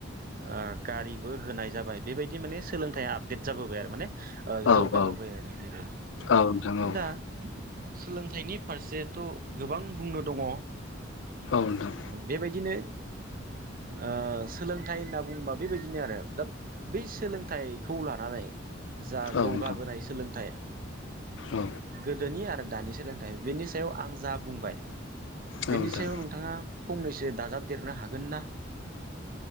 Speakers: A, on the right; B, on the left.
A: आ गारिबो होनाय जाबाय बेबायदि माने सोलोंथाइया आपडेट जाबोबाय आरो माने
B: औ
A: जौगाबोबाय
B: औ
A: आरो बेबायदि
B: औ नोंथां औ
A: दा सोलों फिथाइनि फारसेथ' गोबां बुंनो दङ।
B: औ नोंथां
A: बेबायदिनो ओ सोलोंथाइ होनना बुंङोबा बेबायदिनो आरो दा बै सोलोंथाइखौ लानानै जा
B: औ
A: जौगाबोनाय
B: नोंथां
A: सोलोंथाइ
B: औ
A: गोदोनि आरो दानि सोलोंथाइ बेनि सायाव आं जा बुंबाय
B: औ
A: बेनि
B: नोंथां
A: सायाव नोंथाङा फंनैसो दाजाबदेरनो हागोन ना